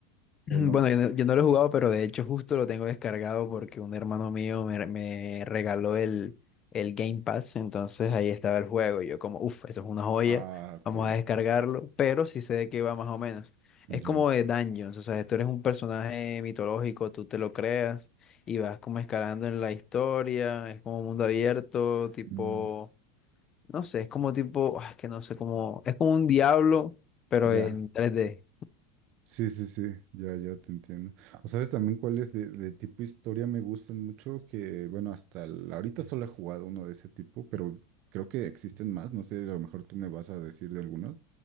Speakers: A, on the left; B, on the right.
A: <clears throat>
B: ¿O
A: Bueno,
B: no?
A: yo no, yo no lo he jugado, pero de hecho justo lo tengo descargado porque un hermano mío me, re- me regaló el, el Game Pass, entonces ahí estaba el juego y yo como, uff, eso es una joya,
B: Ah, ok,
A: vamos a descargarlo, pero sí sé de qué va más o menos.
B: ya.
A: Es como de Dungeons, o sea, tú eres un personaje mitológico, tú te lo creas y vas como escalando en la historia, es como mundo abierto, tipo,
B: Mm,
A: no sé, es como tipo, ah, es que no sé cómo, es como un diablo, pero
B: ya.
A: en tres d
B: Sí, sí, sí, ya, ya te entiendo. O sabes también cuáles de, de tipo historia me gustan mucho, que bueno, hasta la- ahorita solo he jugado uno de ese tipo, pero creo que existen más, no sé, a lo mejor tú me vas a decir de algunos.